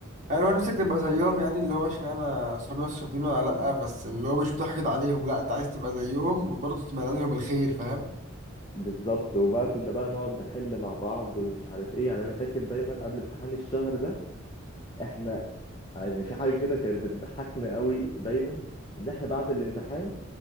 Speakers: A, on the right; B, on the left.
A: يعني هو نفسك تبقى زيهم يعني اللي هو اشمعنى أصحابي نفس الشاطرين ولا لأ بس اللي هو مش بتحقد عليهم لأ أنت عايز تبقى زيهم وبرضه تتمنى لهم الخير فاهم؟
B: بالظبط وبقى كنا بقى نقعد نحل مع بعض ومش عارف ايه يعني انا فاكر دايما قبل امتحان الشهر ده احنا يعني في حاجة كده كانت بتضحكنا قوي دايما ان احنا بعد الامتحان